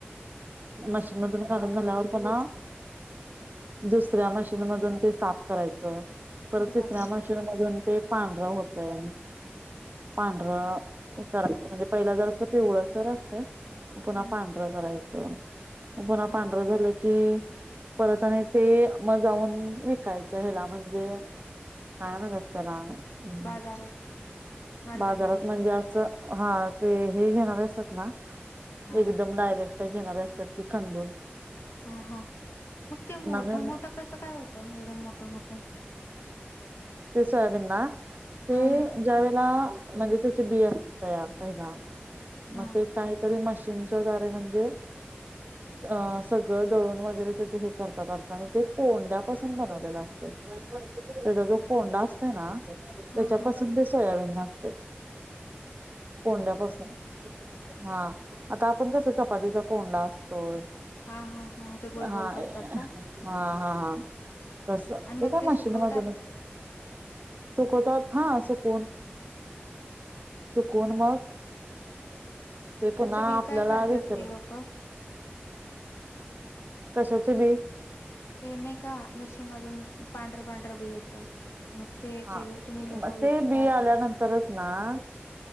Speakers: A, on the right; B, on the left.
A: मशीनातून काढून झाल्यावर पुन्हा दुसऱ्या मशीन मधून ते साफ करायचं, परत
B: अरे
A: तिसऱ्या
B: बापरे
A: मशीन मधून मधून ते पांढरा होतय. पांढरं हे करायचं म्हणजे पहिला जरासं पिवळंसरच <unintelligible>
B: हम्म
A: पुन्हा पांढरं करायचं, पुन्हा
B: हम्म
A: पांढरं झालं की परत आणि ते मग जाऊन विकायचं, ह्याला म्हणजे काय म्हणायचं त्याला हम्म,
B: बाजारात मार्केटमध्ये
A: बाजारात म्हणजे असं हा ते हे घेणार असतात ना
B: हा
A: एकदम डायरेक्ट घेणारे असतात ते खंदून
B: हा हा, मग ते मोठं
A: न-
B: मोठं कसं काय होतं, एवढं मोठं मोठं
A: ते सोयाबीन ना, ते
B: हा
A: ज्या वेळेला म्हणजे त्याचे बीयर तयार व्हायला
B: हा
A: मग ते काहीतरी मशीनच्याद्वारे म्हणजे
B: <unintelligible>
A: अ सगळं दळून वगैरे त्याच हे करतात वाटतं आणि ते कोंड्यापासून बनवलेलं असतंय त्याचा जो कोंडा असतोय ना त्याच्यापासून
B: हा हा
A: ते सोयाबीन असतय कोंड्यापासून हा आता आपण कसं चपातीचा कोंडा असतोय
B: हा हा हा, ते गोल
A: हा
B: गोल करतात
A: ए
B: का?
A: हा हा हा, तस ते
B: आणि मग
A: काय मशिन
B: सुकवतात
A: मधून सुकवतात हा सुकवून सुकवून मग ते
B: त्याचं
A: पुन्हा
B: बी
A: आपल्याला
B: काय करतात
A: विकत
B: ते लोकं?
A: कशाचे बी?
B: ते नाही का मशीन मधून पांढरं पांढरं बी येतं मग ते
A: हा
B: ते तुम्ही लोकं
A: मग
B: विकतात.
A: ते बी आल्यानंतरच ना